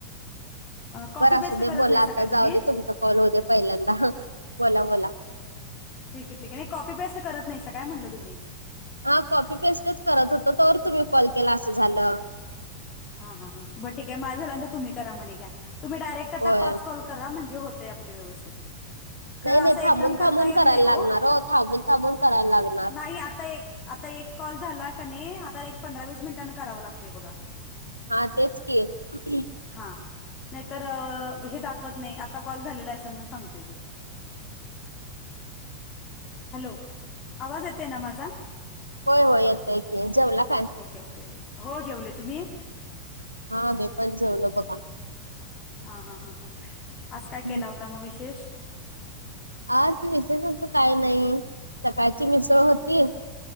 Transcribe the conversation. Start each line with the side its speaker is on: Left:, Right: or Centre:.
Left: कॉपी
Right: बरं
Left: पेस्ट
Right: अस दे
Left: करत
Right: बोला
Left: नाहीसा
Right: आता
Left: काय तुम्ही
Right: जाऊ दे तुमचा कॉल होऊ दे पहिल्यांदा बोला बोला
Left: ठीके ठीक आहे कॉप पेस्ट करत नाही काय म्हटलं तुम्ही <unintelligible>
Right: हा कॉपी पेस्टच करत होतो तर तुम्ही कॉल केला असं झालं
Left: हा हा हां ब ठीक आहे माझ झालांत तुम्ही करा म्हणे घ्या तुम्ही डायरेक्ट आता
Right: होय
Left: पाच कॉ करा म्हणजे होतय आपल्या व्यवस्थित <unintelligible> खर
Right: नाही
Left: असं
Right: नाही
Left: एकदम
Right: थांबून
Left: करता
Right: थांबून
Left: येत
Right: करायला
Left: नाही हो
Right: लागणार थांबून थांबून करायला लागणार.
Left: नाही आता एक आता एक कॉल झाला कने आता एक पंधरा वीस मिनिटांने करावं लागतय बघा
Right: हा तेच केल <inaudible>
Left: हा नाहीतर हे दाखवत नाही आता कॉल झालेला अस म्हणून सांगते तेी हॅलो <unintelligible> आवाज येतय ना माझा
Right: होय होय येतय की जेवला काय?
Left: ओके ओके हो जेवले तुम्ही
Right: हा बे पण जेवलं बघा <unintelligible>
Left: ह हा हां हां आज काय
Right: हम्म.
Left: केला होता मग विशेष
Right: आ ते विसयच काय नाही सकाळची मिसळ होती